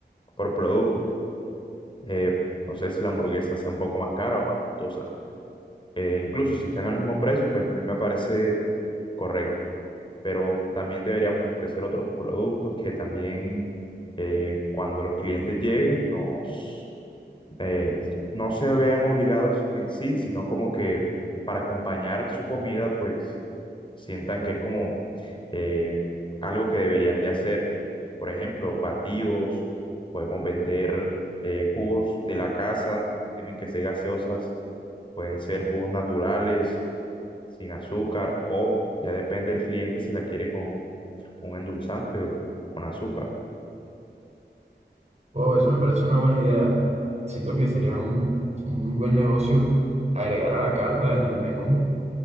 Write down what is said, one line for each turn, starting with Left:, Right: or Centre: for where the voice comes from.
Left: por producto. Eh, no sé si la hamburguesa sea un poco más cara o más costosa. Eh, incluso si están al mismo precio, pues a mí me parece correcto pero también deberíamos ofrecer otros productos que también eh, cuando los clientes lleguen nos, eh, no se vean obligados en sí, sino como que para acompañar su comida, pues sientan que es como eh, algo que deberían de hacer. Por ejemplo, batidos, podemos vender eh, jugos de la casa, tienen que ser gaseosas, pueden ser jugos naturales sin azúcar o ya depende del cliente si la quiere con un endulzante o con azúcar.
Right: Wow, eso me parece una buena idea. Siento que sería un, un muy buen negocio agregar a la carta en el menú,